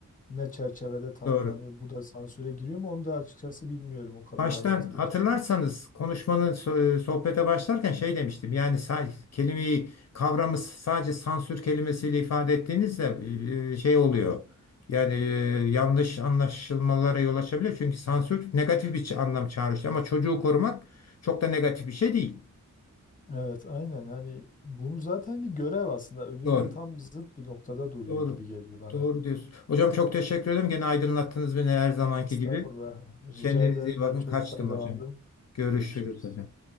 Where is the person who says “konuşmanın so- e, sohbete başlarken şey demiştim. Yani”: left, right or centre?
Left